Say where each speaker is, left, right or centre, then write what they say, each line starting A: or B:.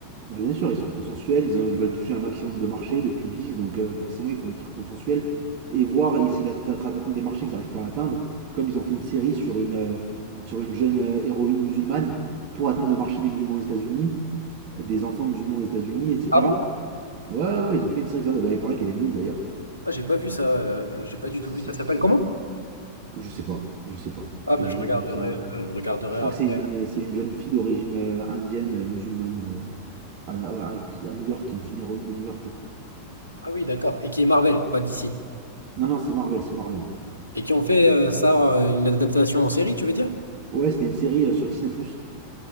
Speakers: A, on the right (about 40°); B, on the right (about 80°).
A: Bah, bien sûr, ils sont consensuels, ils, ont- ils veulent toucher un maximum de marchés, de public, donc euh, forcément, ils font des trucs consensuels. Et voir, ils essaient d'atteindre des marchés qu'ils n'arrivent pas à atteindre, comme ils ont fait une série sur une, euh, sur une jeune euh, héroïne musulmane pour atteindre le marché des musulmans aux États-Unis des enfants musulmans aux États-Unis, etc.
B: Ah bon?
A: Ouais, ouais, ouais, ils ont fait une série comme ça. Il paraît qu'elle est nulle d'ailleurs.
B: Ah, j'ai pas vu ça. euh, j'ai pas du
A: Si,
B: tout vu.
A: si,
B: Ça
A: si,
B: s'appelle
A: si.
B: comment?
A: Je sais pas, je sais pas.
B: Ah,
A: J'ai
B: mais
A: juste
B: je regarderai.
A: vu ça.
B: euh, je regarderai
A: Je crois
B: après.
A: que c'est une, c'est une jeune fille d'origine euh, indienne, euh, musulmane, euh, à, à- à New York, qui est une héroïne de New York, je crois.
B: Ah oui, d'accord. Et qui est Marvel, pas d'ici.
A: Non, non, c'est Marvel, c'est Marvel.
B: Et qui ont fait euh, ça, euh, une adaptation en série, tu veux dire?
A: Ouais, c'était une série euh, sur Disney. plus.